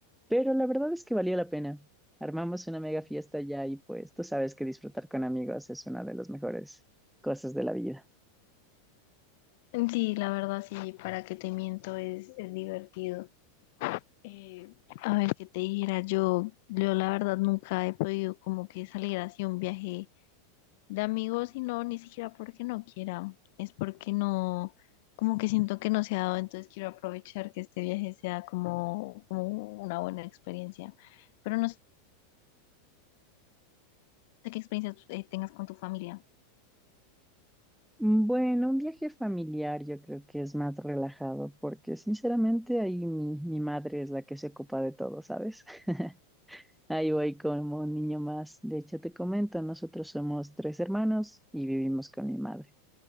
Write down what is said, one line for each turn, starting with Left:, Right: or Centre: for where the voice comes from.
Centre: Pero la verdad es que valía la pena. Armamos una mega fiesta allá y pues tú sabes que disfrutar con amigos es una de las mejores cosas de la vida.
Left: Sí, la verdad sí, para que te miento es, es divertido. Eh, a ver, qué te dijera yo, yo la verdad nunca he podido como que salir así a un viaje de amigos y no, ni siquiera porque no quiera, es porque no, como que siento que no se ha dado, entonces quiero aprovechar que este viaje sea como, como una buena experiencia. Pero no de qué experiencias eh, tengas con tu familia.
Centre: Mm, Bueno, un viaje familiar yo creo que es más relajado porque sinceramente ahí mi, mi madre es la que se ocupa de todo, ¿sabes? <laughs> Ahí voy como un niño más. De hecho, te comento, nosotros somos tres hermanos y vivimos con mi madre.